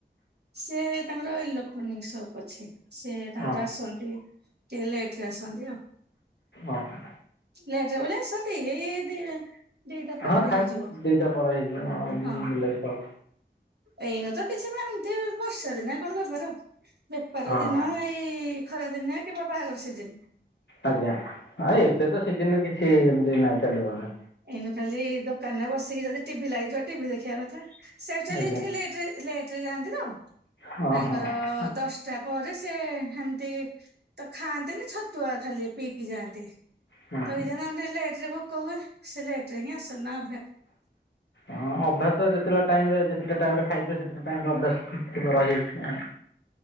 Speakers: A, on the right; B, on the left.
A: ସେ ତାଙ୍କର ଇଲୋକ୍ଟ୍ରୋନିକ ସପ୍ ଅଛି ସେ ତାଙ୍କର
B: ହଁ
A: ଆସନ୍ତି। ଟିକେ ଲେଟରେ ଆସନ୍ତି ଆଉ।
B: ଓ ହୋ।
A: ଲେଜ ବେଳେ ଆସନ୍ତି ଏ ଏ ଦି ଦିଟା
B: ହଁ
A: ପରେ
B: ଖାଇବି
A: ହେଇଯିବ
B: ଦିଟା ପରେ ହେଇଯିବ
A: ହଁ।
B: ବିଲେଶ
A: ଏଇନୁ ତ କିଛି ବା ହେମିତି ବର୍ଷା ଦିନ କଣ ବେପାର ବେପାର
B: ହଁ
A: ଦିନ ଏଇ ଖରା ଦିନେ କିମ୍ବା ବାହାଘର ସିଜିନି।
B: ଆଜ୍ଞା ଏବେ ତ ଶିଯିନି କିଛି ଏମିତି ନାଇଁ ଚାଲିବନି।
A: ଏଇନୁ ଖାଲି ଦୋକାନ ରେ ବସିକି ଯଦି ଟିଭି ଲା ଟିଭି ଦେଖିବା କଥା ସେ ଟାଲି
B: ଆଜ୍ଞା
A: ଟିକେ ଲେଟରେ ଲେଟରେ ଯାଆନ୍ତି ତ।
B: ହଁ
A: ତାଙ୍କର
B: ହଁ।
A: ଦଶଟା ପରେ। ସେ ହେମିତି ତ ଖାଆନ୍ତିନି ଛତୁଆ ଖାଲି ପିଇକି ଯାଆନ୍ତି।
B: ହଁ
A: ତ ଏଇଜାନା ମୋତେ ଲେଟ ରେ ଭୋକ ହୁଏ ସେ ଲେଟ ରେ ହିଁ ଆସ ନା
B: ହଁ ଅଭ୍ୟାସ ଯେତେଲା ଟାଇମିରେ ଯେତ ଟାଇମ ରେ ଖାଇ ଯିଏ ସେତିଟା ଟାଇମ୍ ରେ ଅଭ୍ୟାସ ରହିଯାଇଛି ଆଉ।